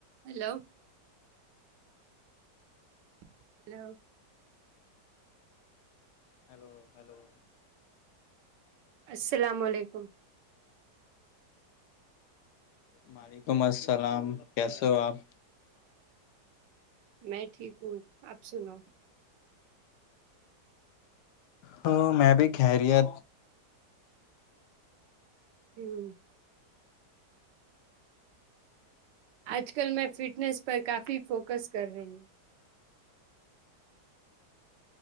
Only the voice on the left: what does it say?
hello hello
وعلیکم السلام کیسے ہو آپ
تو میں بھی ہے